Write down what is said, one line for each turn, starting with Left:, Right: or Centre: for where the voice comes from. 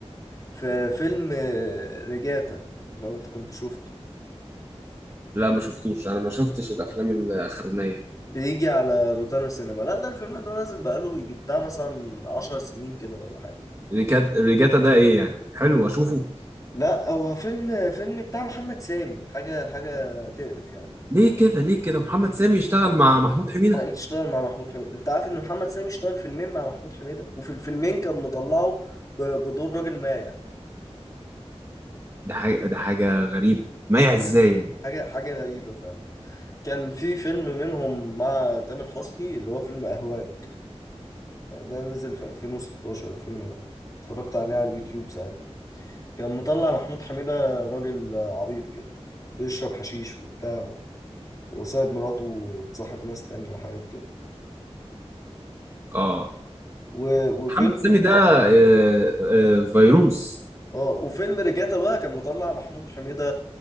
Left: في فيلم آه، ريجاتا لو أنت كنت شفته
Right: لا ما شفتوش انا ما شفتش الافلام الاخرانية
Left: بيجي على روتانا سينما لا ده الفيلم ده نازل بقاله يجي بتاع مثلا عشر سنين كده ولا حاجة
Right: اللي كانت الريجاتا ده ايه يعني حلو اشوفه
Left: لا هو فيلم فيلم بتاع محمد سامي حاجة حاجة تقرف يعني
Right: ليه كده ليه كده محمد سامي يشتغل مع محمود حميدة
Left: ما اشتغل مع محمود حميدة انت عارف ان محمد سامي اشتغل فيلمين مع محمود حميدة وفي الفيلمين كان مطلعه ب- بدور راجل مايع
Right: ده حاجة ده حاجة غريبة مايع
Left: حاجة
Right: ازاي يعني
Left: حاجة حاجة غريبة فعلا كان في فيلم منهم مع تامر حسني اللي هو فيلم أهواك ده نزل في 2016 الفيلم ده اتفرجت عليه على اليوتيوب ساعتها كان مطلع محمود حميدة راجل عبيط كده بيشرب حشيش وبتاع وسايب مراته وتصاحب ناس تانية وحاجات كده
Right: اه
Left: و- وفيلم
Right: محمد سامي ده آه، آه، فيروس
Left: اه وفيلم رجاتا بقى كان مطلع محمود حميدة